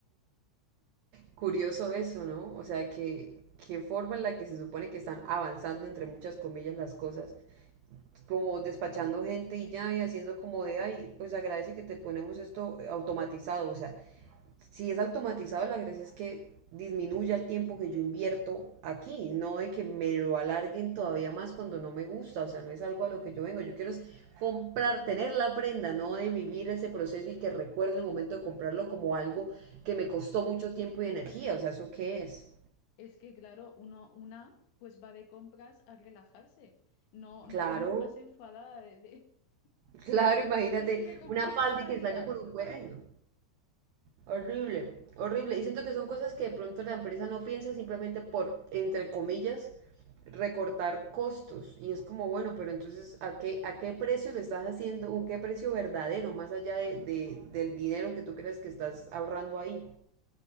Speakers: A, on the right (about 75°); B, on the left (about 65°).
A: Curioso eso, ¿no? O sea, que qué forma en la que se supone que están avanzando, entre muchas comillas, las cosas, como despachando gente y ya, y haciendo como de, ay, pues agradece que te ponemos esto automatizado. O sea, si es automatizado, la gracia es que disminuya el tiempo que yo invierto aquí, no de que me lo alarguen todavía más cuando no me gusta, o sea, no es algo a lo que yo vengo, yo quiero es comprar, tener la prenda, no de vivir ese proceso y que recuerde el momento de comprarlo como algo que me costó mucho tiempo y energía, o sea, ¿eso qué es?
B: Es que, claro, uno, una, pues va de compras a relajarse, no, no
A: Claro,
B: a venir más enfadada de... de- <laughs>
A: claro, imagínate
B: Es que me complican
A: una falda
B: la
A: y que
B: vida.
A: salga con un huevo, Horrible, horrible. Y siento que son cosas que de pronto la empresa no piensa simplemente por, entre comillas, recortar costos. Y es como, bueno, pero entonces, ¿a qué, a qué precio lo estás haciendo? ¿Un qué precio verdadero, más allá de, de- del dinero que tú crees que estás ahorrando ahí?